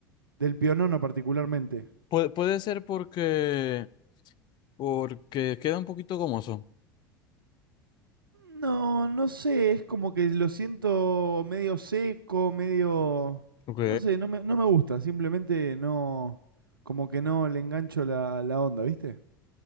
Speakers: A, on the right; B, on the left.
A: del pionono particularmente.
B: puede, puede ser porque, porque queda un poquito gomoso.
A: No, no sé, es como que lo siento medio seco, medio...
B: Ok,
A: No sé, no me, no me gusta, simplemente no, como que no le engancho la, la onda, ¿viste?